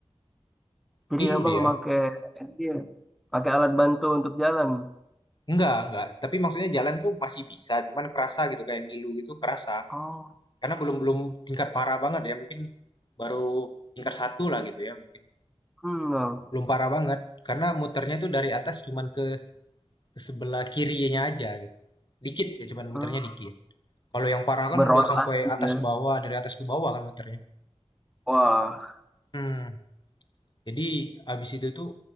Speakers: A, in the centre; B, on the left.
A: Jadi
B: Ngilu
A: abang
B: dia.
A: pakai iya, pakai alat bantu untuk jalan.
B: Enggak, enggak. Tapi maksudnya jalan tuh masih bisa, cuman kerasa gitu kayak ngilu gitu kerasa.
A: Oh,
B: Karena belum belum tingkat parah banget ya, mungkin baru tingkat satu lah gitu ya mungkin.
A: hmm, bang.
B: Belum parah banget karena muternya tuh dari atas cuman ke ke sebelah kirinya aja gitu. Dikit ya cuman
A: Hmm.
B: muternya dikit. Kalau yang parah kan
A: Berotasi
B: udah sampai atas
A: ya.
B: bawah, dari atas ke bawah kan muternya.
A: Wah,
B: Hmm. Jadi abis itu tuh